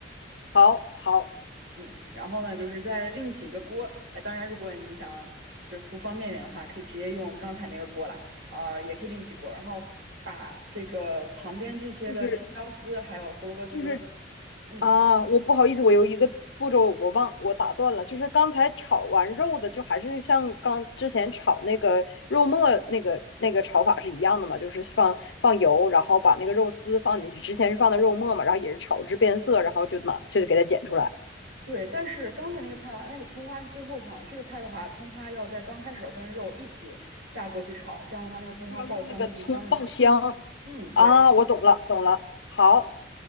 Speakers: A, on the left; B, on the right.
A: 好好，
B: 嗯，然后呢，就是再另起一个锅。呃，当然，如果你想就图方便点的话，可以直接用刚才那个锅啦，啊、也可以另起锅。然后把这个旁边这些的青椒丝还有胡萝卜丝，
A: 就是就是
B: 嗯。
A: 啊，我不好意思，我有一个步骤我忘我打断了，就是刚才炒完肉的，就还是像刚之前炒那个肉末那个那个炒法是一样的嘛，就是放放油，然后把那个肉丝放进去，之前是放的肉末嘛，然后也是炒至变色，然后就拿就给它剪出来，
B: 对，但是刚才那个菜的话，那个葱花是最后放的。这个菜的话，葱花要在刚开始要跟肉一起下锅去炒，这样的话那个葱花爆香会更香一些。
A: 要用那个葱爆香
B: 嗯，对。
A: 啊，我懂了懂了，好